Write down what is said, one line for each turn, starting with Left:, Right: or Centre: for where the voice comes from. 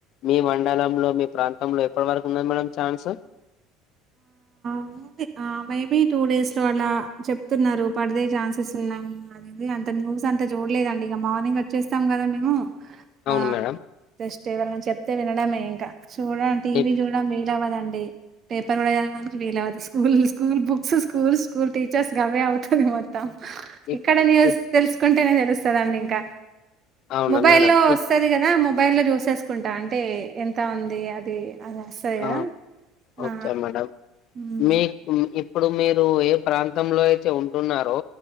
Left: మీ మండలంలో మీ ప్రాంతంలో ఎప్పటి వరకు ఉన్నది మేడమ్ ఛాన్స్
Right: మేబి ఆ మేబి టూ డేస్ లో అలా చెప్తున్నారు పడే ఛాన్సెస్ ఉన్నాయి అదది అంత న్యూస్ అంత చూడలేదండి ఇక మార్నింగ్ వచ్చేస్తాం కదా మేము
Left: అవును
Right: ఆ
Left: మేడం
Right: జెస్ట్ ఎవరన్నా చెప్తే వినడమే ఇంకా చూడడం టీవీ
Left: ఇప్
Right: చూడడం వీల అవ్వదండి పేపర్ కూడా చదవడానికి వీల అవతుదు school school books school school teachers గవే అవుతుంది మొత్తం
Left: ఇప్
Right: ఇక్కడ న్యూస్ తెలుసుకుంటేనే తెలుస్తుందండి ఇంకా
Left: అవునా
Right: మొబైల్
Left: మేడం
Right: లో వస్తుంది
Left: ఇక్-
Right: కదా మొబైల్లో చూసేసుకుంట అంటే ఎంత ఉంది అది అద సరే కదా
Left: ఆ ఓకే
Right: ఆ
Left: మేడం
Right: హ్మ్.
Left: మీకు మీ ఇప్పుడు మీరు ఏ ప్రాంతంలో అయితే ఉంటున్నారో